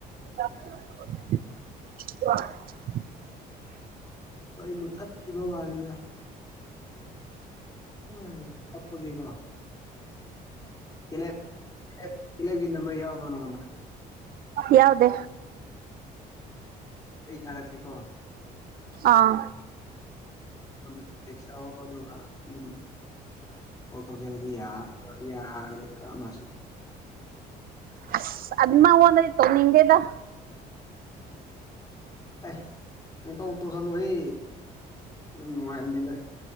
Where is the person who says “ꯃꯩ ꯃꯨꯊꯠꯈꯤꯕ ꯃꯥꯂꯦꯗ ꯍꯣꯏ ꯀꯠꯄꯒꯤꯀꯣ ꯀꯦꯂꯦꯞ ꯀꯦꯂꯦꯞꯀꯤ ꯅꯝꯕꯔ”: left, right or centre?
Left